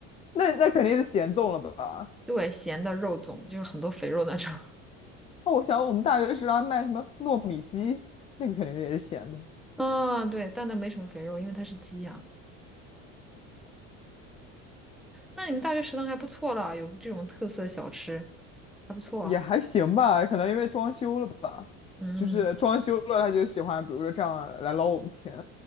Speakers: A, on the left; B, in the centre.
A: 那那肯定是咸粽了吧？
B: 对，咸的肉粽，就是很多肥肉那种。
A: 哦，我想我们大学食堂卖什么糯米鸡，那个肯定也是咸的，
B: <laughs> 啊，对，但那没什么肥肉，因为它是鸡啊。那你们大学食堂还不错啦，有这种特色小吃，还不错啊。
A: 也还行吧。可能因为装修了吧，
B: 嗯，
A: 就是装修了，他就喜欢，比如说这样来捞我们钱